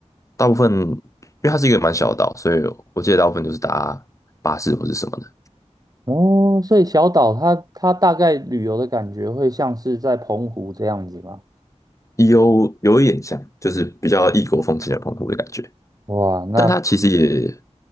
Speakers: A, on the left; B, on the right.
A: 大部分因为它是一个蛮小的岛，所以我记得大部分就是搭巴士或是什么的，
B: 哦，所以小岛它它大概旅游的感觉会像是在澎湖这样子吗？
A: 有有一点像，就是比较异国风情的澎湖的感觉，
B: 哇，那
A: 但它其实也